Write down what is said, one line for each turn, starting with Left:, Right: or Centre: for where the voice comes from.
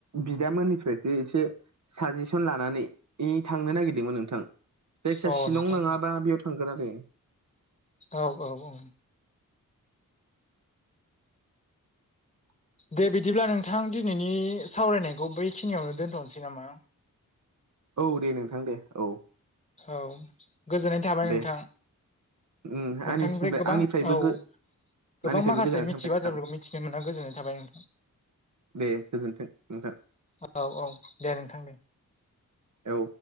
Right: बिदामोननिफ्रायसो एसे साजेसन लानानै थांनो नागिरदोंमोन नोंथां जायखिजाया
Left: औ
Right: शिलं
Left: नोंथां
Right: नङाबा बेयाव थांगोना आरै।
Left: औ औ औ। दे बिदिब्ला नोंथां दिनैनि सावरायनायखौ बैखिनियावनो दोनथ'नोसै नामा?
Right: औ दे नोंथां दे औ।
Left: औ गोजोननाय थाबाय
Right: दे
Left: नोंथां।
Right: उम
Left: नोंथांनिफ्राय
Right: आंनिसिमफ्राय
Left: गोबां
Right: आंनिफ्रायबो
Left: औ
Right: गो
Left: गोबां
Right: आंनिफ्रायबो
Left: माखासे
Right: गोजानानै
Left: मिथियि
Right: थांबाय नोंथां
Left: बाथ्राफोरखौ मिथिनो मोना गोजोननाय थाबाय।
Right: दे गोजोनथों नोंथां।
Left: औ औ दे नोंथां दे।
Right: औ।